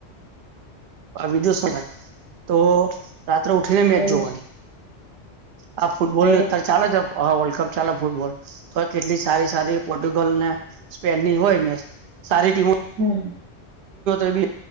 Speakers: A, on the right (about 60°); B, on the right (about 85°).
A: બીજું શું થાય તો રાત્રે ઉઠીને મેચ
B: એવું
A: જોવાની.
B: છે,
A: આ ફુટબોલની
B: એવું
A: અ ચાલે છે વર્લ્ડ કપ ચાલે ફૂટબોલ તો કેટલી સારી સારી પોર્ટુગલ ને સ્પેનની હોય મેચ સારી ટીમો
B: હમ્મ.
A: એ બી